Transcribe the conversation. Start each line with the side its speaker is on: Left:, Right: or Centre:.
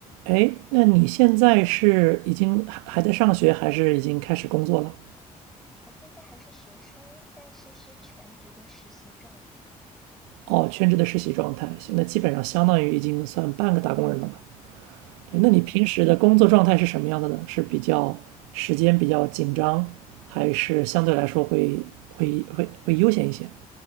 Right: 哎，那你现在是已经还还在上学，还是已经开始工作了？
Centre: 我现在还是学生，但是是全职的实习状态。
Right: 哦，全职的实习状态，行那基本上相当于已经算半个打工人了吧？
Centre: 嗯，
Right: 对，那你平时的工作状态是什么样的呢？
Centre: 对，
Right: 是比较时间比较紧张，还是相对来说会会会会悠闲一些？